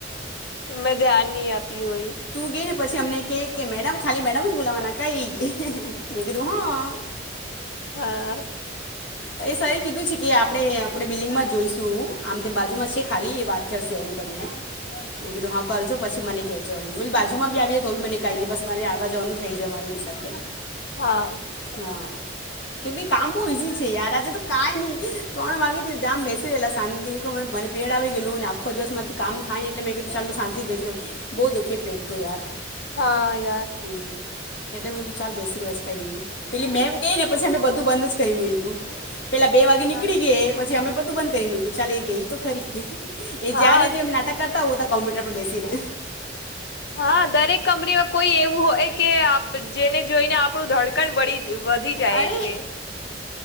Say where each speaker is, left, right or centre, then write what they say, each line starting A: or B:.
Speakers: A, on the left; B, on the left.
A: મેં ધ્યાન નહી આપ્યું હોય.
B: તું ગઈ ને પછી અમને કેઈ કે, મેડમ ખાલી મેડમ જ બોલાવાના કઈ. મેં કીધું હા
A: હા.
B: એ સર એ કીધું છે કે આપણે, આપણે બિલ્ડિંગમાં જોઈશું, આમ તેમ બાજુમાં છે ખાલી એ વાત કરશે એમ. એમ કરીને, મે કીધું હા કરજો પછી મને કેજ જો એમિલ બાજુમાં બી આવીયે તો બી મને કાઈની નહી, બસ મારે આવા જવાનું થઈ જાય મારે એની સાથે
A: હા.
B: હા કેમબી કામ બહુ ઇજી છે યાર આજે તો કઈ નહી, ત્રણ વાગેથી જામ બેસી રહેલા શાંતિ તો મને પીરીયડ આવી ગયેલુ ને આખો દિવસમાં મારથી કામ થાય, એટલે મેં કીધું ચાલ શાંતિથી બેસી રહું. બહુ દુખે પેટ તો યાર.
A: હા યાર.
B: હમ. એટલે મે કીધું ચાલ બેસી રવાદે કઈની, પેલી મેમ ગઈને પછી અમે બધું બંધ જ કરી મુકયું. પેલા બે વાગે નીકળી
A: હા
B: ગઈ એ, પછી અમે બધું બંધ કરી મૂક્યું ચાલ એ ગઈ તો ખરી. એ
A: હા
B: જયારે તેમ એમ નાટક કરતા હોવ તે કોમ્પ્યુટર પર બેસીને
A: હા દરેક કંપનીમાં કોઈ એવું હોય કે આપ જેને જોઈને આપણું ધડકણ બળી વધી જાય
B: અરે
A: એટલે